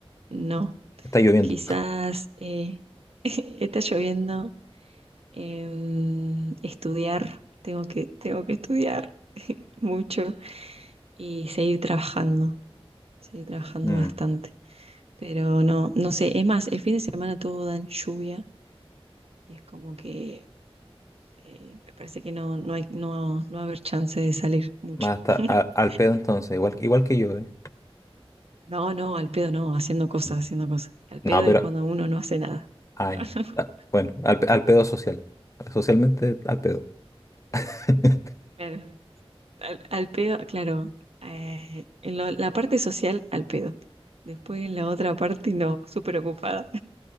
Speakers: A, on the right (about 75°); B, on the left (about 30°).
A: no.
B: Está lloviendo.
A: Quizás eh, <laughs> está lloviendo, em, estudiar, tengo que, tengo que estudiar mucho y seguir trabajando, seguir trabajando
B: Mm,
A: bastante. Pero no, no sé, es más, el fin de semana todo dan lluvia y es como que eh, me parece que no, no hay, no, no va a haber chance de salir mucho.
B: más hasta
A: <laughs>
B: a- al pedo entonces, igual, igual que yo, ¿eh?
A: No, no, al pedo no, haciendo cosas,
B: Mm.
A: haciendo cosas. Al
B: No,
A: pedo
B: pero...
A: es cuando uno no hace nada. <laughs>
B: Ah,
A: No,
B: ya.
A: no,
B: Ah, Bueno, al, pe- al pedo social. Socialmente al pedo. <laughs>
A: claro. Al, al pedo, claro. eh, en lo- la parte social, al pedo. Después en la otra parte, no, súper ocupada.